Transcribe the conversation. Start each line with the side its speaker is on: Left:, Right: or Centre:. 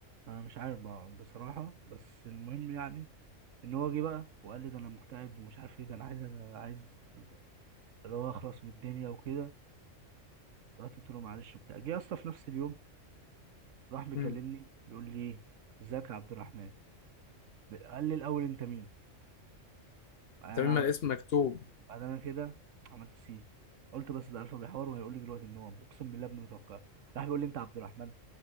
Right: انا مش عارف بقى بصراحه بس المهم يعني ان هو جه بقى وقال لي ده انا مكتئب ومش عارف ايه ده انا عايز انا عايز اللي هو اخلص من الدنيا وكده رحت قلت له معلش وبتاع جه يا اسطى في نفس اليوم راح مكلمني
Left: امم
Right: بيقول لي ايه ازيك يا عبد الرحمن قال لي الاول انت مين بعدين
Left: طب
Right: انا
Left: اما
Right: عملت
Left: الاسم مكتوب
Right: بعدين انا كده عملت سي قلت بس ده الفا بيحور وهيقول لي دلوقتي ان هو اقسم بالله ابن متوقع راح بيقول لي انت عبد الرحمن